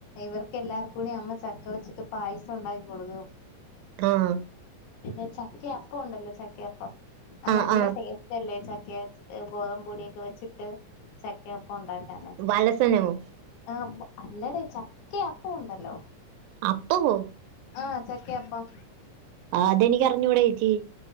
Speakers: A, on the left (about 80°); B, on the right (about 80°).
A: ഇവർക്കല്ലാവർക്കും കൂടി അമ്മ ചക്ക വെച്ചിട്ട് പായസം ഉണ്ടാക്കി കൊടുക്കും
B: ആഹ്
A: പിന്നെ ചക്ക അപ്പം ഉണ്ടല്ലോ ചക്കയപ്പം ആഹ്
B: ആ
A: നല്ല
B: ആ
A: ടേസ്റ്റ് അല്ലേ ചക്ക ഗോതമ്പ് പൊടിയൊക്കെ വെച്ചിട്ട് ചക്കപ്പം ഉണ്ടാക്കാന്
B: <unintelligible>
A: ആഹ് അല്ലടെ ചക്ക അപ്പണ്ടല്ലോ
B: അപ്പാവോ
A: ആഹ് ചക്കയപ്പം
B: ആ അതെനിക്കറിഞ്ഞൂടെ ചേച്ചി